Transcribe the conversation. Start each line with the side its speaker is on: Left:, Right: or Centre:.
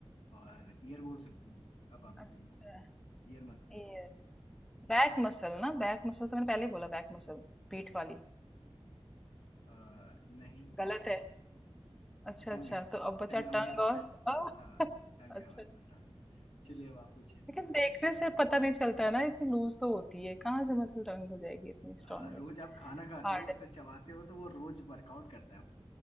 Left: और ईयर बोल सकती हैं अब आप
Centre: अच्छा
Left: बताइए Ear muscle
Centre: ये बैक मसल ना बैक मसल तो मैंने पहले ही बोला बैक मसल पीठ वाली
Left: आ, नहीं
Centre: गलत है अच्छा
Left: टंग
Centre: अच्छा
Left: है
Centre: तो अब बचा
Left: टंग हमारी
Centre: टंग
Left: सबसे
Centre: और <laughs>
Left: हाँ
Centre: अ,
Left: टंग है
Centre: अच्छा
Left: हमारी सबसे चलिए अब आप पूछिए
Centre: लेकिन देखने से पता नहीं चलता है ना इतनी लूज तो होती है कहाँ से मसल टंग हो जाएगी इतनी स्ट्रांगेस्ट
Left: आ, रोज आप खाना खाते
Centre: हार्ड
Left: हो उसे चबाते हो तो वो रोज वर्कआउट करता है वो